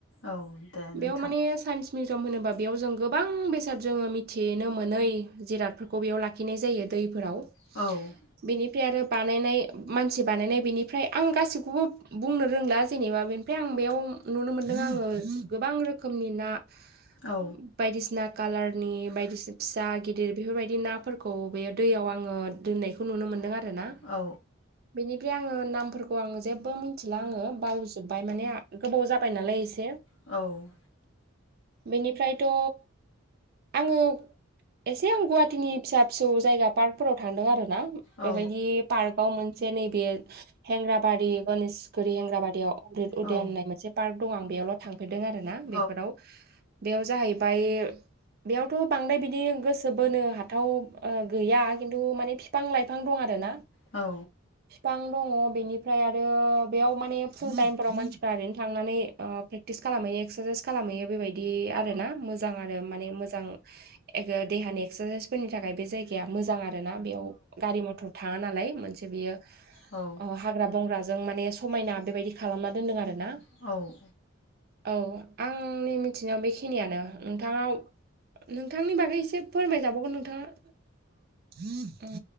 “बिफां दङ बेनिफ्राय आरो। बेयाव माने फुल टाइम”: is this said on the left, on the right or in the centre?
Right